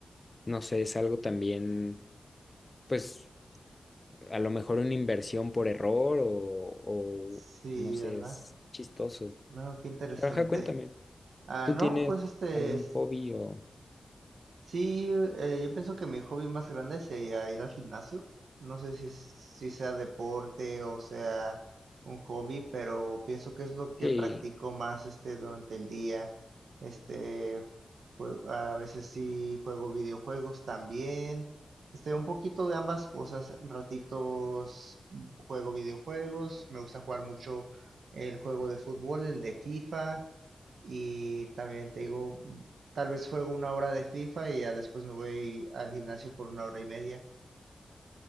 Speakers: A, on the left; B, on the right.
A: no sé, es algo también, pues, a lo mejor una inversión por error o, o
B: Sí,
A: no sé,
B: ¿verdad?
A: es chistoso.
B: No, qué interesante.
A: Pero ajá, cuéntame,
B: Ah,
A: ¿tú
B: no,
A: tienes
B: pues este
A: algún
B: es.
A: hobby o...?
B: Sí, eh, yo pienso que mi hobby más grande sería ir al gimnasio. No sé si, es- si sea deporte o sea un hobby, pero pienso que es lo que
A: Sí,
B: practico más este durante el día. Este, jue- a veces sí juego videojuegos también. Este, un poquito de ambas cosas. Ratitos juego videojuegos. Me gusta jugar mucho el juego de fútbol, el de FIFA. Y también te digo, Tal vez juego una hora de FIFA y ya después me voy al gimnasio por una hora y media.